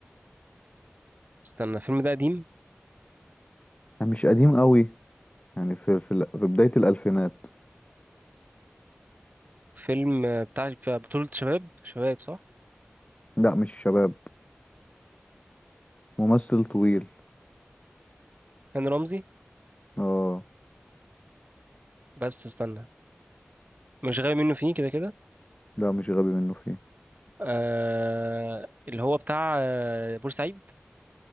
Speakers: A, on the right; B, on the left.
A: استنى الفيلم ده قديم
B: أنا مش قديم قوي يعني في في, ال- في بدايه الالفينات
A: فيلم بتاع بتاع بطوله شباب شباب صح
B: لا مش شباب ممثل طويل
A: هاني رمزي
B: اه
A: بس استنى مش غايب منه فيه كده كده
B: لا مش غبي منه فيه
A: آه اللي هو بتاع آه بورسعيد